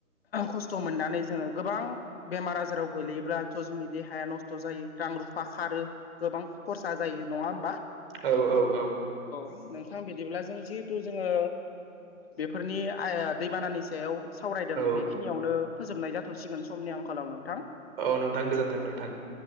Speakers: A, on the left (about 45°); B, on the right (about 40°).
A: खस्थ' मोननानै जोङो गोबां बेमार आजाराव गोलैयोब्ला स्थ' जोंनि देहाया नस्थ' जायो रां रुफा खारो गोबां खरसा जायो नङा होम
B: औ औ औ
A: नोंथां बिदिब्ला जों जिहेथु जोङो बेफोरनिइ ओ दैबानानि सायाव सावरायदों
B: औ
A: बेखिनियावनो फोजोबनाय जाथ'सिगोन समनि आंखालाव नोंथां
B: औ नोंथां गोजोन्थों नोंथां